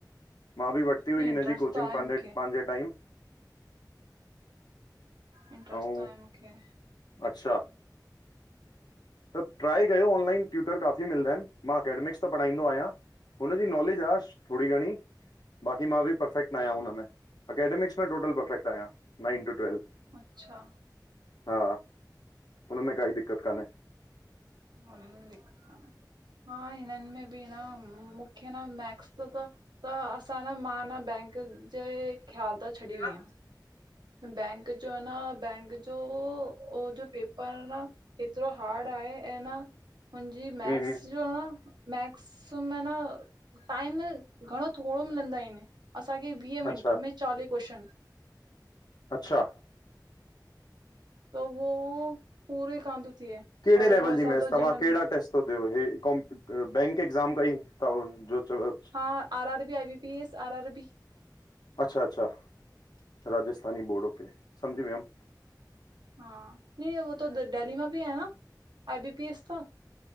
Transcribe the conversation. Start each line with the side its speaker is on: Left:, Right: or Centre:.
Left: मां बि वठ। हुई
Right: हीअ
Left: हिनजी
Right: इंट्रस्ट
Left: कोचिंगे
Right: त आहे
Left: पांजे
Right: मूंखे
Left: पंहिंजे टाइम।
Right: इंट्रस्ट
Left: ऐं
Right: त आहे मूंखे।
Left: अच्छा। त ट्राए कयो ऑनलाइन ट्यूटर काफ़ी मिलंदाइन मां एकेडेमिक्स त पढ़ाईंदोआयां। हुनजी नॉलेज आ थोरी घणी। बाक़ी मां बि परर्फेक्ट न आयां हुनमें अकेडेमिक्स में टोटल परफेक्ट आयां नाइन टू ट्वेल्व।
Right: अच्छा।
Left: हा हुनन में काई दिकक़त कान हे।
Right: उन दिख दा न। हा हिनन में बि ह मूंखे न मैक्स त त। त असां न मां न बैंक जे ख़्याल त छॾी
Left: हम्म
Right: वईयां। बैंक जो आ न बैंक जो उह जो पेपर आ न। एतरो हार्ड आहे ऐं न। हूँजी मैक्स
Left: हम्म,
Right: जो न मैक्स में न। टाइम घणो थोरो मिलंदा आहिन असांखे वीह
Left: अच्छा
Right: मिंट में चालीह कूएस्शन।
Left: अच्छा।
Right: त वो पूरे कांन तो थिए।
Left: केहड़े
Right: और
Left: लेवल
Right: अञा
Left: जी
Right: असां
Left: मैच
Right: त
Left: तव्हां
Right: जनरल
Left: केहड़ा टेस्ट। तो ॾे हे कम बैंक ए्ज़ाम कई थव जो चव।
Right: हा R R B I B P S R R B.
Left: अच्छा अच्छा राजस्थानी बोर्डो पे समझी वयोम।
Right: हा न उ त डेली मां बि आयां न आई बी पी एस त।